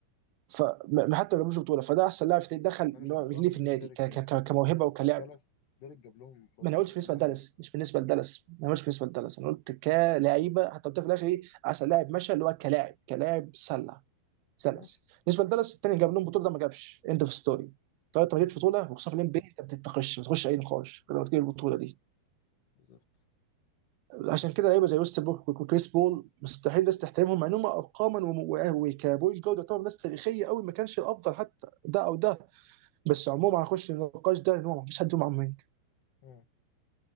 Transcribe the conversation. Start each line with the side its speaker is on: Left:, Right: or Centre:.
Right: فحتى ما جابش بطوله فده احسن لاعب في- دخل اللي
Left: انا مش حاسه
Right: هو رجليه
Left: احسن
Right: في النادي
Left: من ديريك
Right: ك- ك-
Left: بالنسبه
Right: ك-
Left: لدالاس
Right: كموهبه
Left: يعني
Right: وكلاعب
Left: دا- دالاس ديريك جاب لهم برضو
Right: ما انا قلتش
Left: جاب
Right: بالنسبه
Left: لهم
Right: لدالاس
Left: رينج
Right: مش بالنسبه لدالاس ما انا قلتش بالنسبه لدالاس انا قلت كلاعيبه حتى قلت في الاخر ايه احسن لاعب مشى اللي هو كلاعب كلاعب سله سلس
Left: ماشي
Right: بالنسبه لدالاس الثاني جاب لهم بطوله ده ما جابش اند اوف ستوري طب انت ما جبتش
Left: بالظبط
Right: بطوله وخصوصا في الام بي انت ما بتتناقش ما بتخش اي نقاش لما تجيب البطوله دي
Left: بالظبط
Right: عشان
Left: ماشي
Right: كده لعيبه زي ويست بوك وكريس بول مستحيل الناس تحترمهم مع انهم ارقاما وكبوينت جارد يعتبر ناس تاريخيه قوي ما كانش الافضل حتى ده او ده بس عموما هنخش النقاش ده ان هو ما فيش حد فيهم
Left: اه